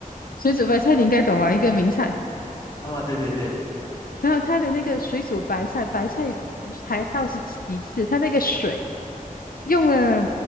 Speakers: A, on the left; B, on the left.
A: 水煮白菜你应该懂啊，一个名菜。
B: 啊，对对对，
A: 然后它的那个水煮白菜，白菜不是还倒是其次，它那个水用了，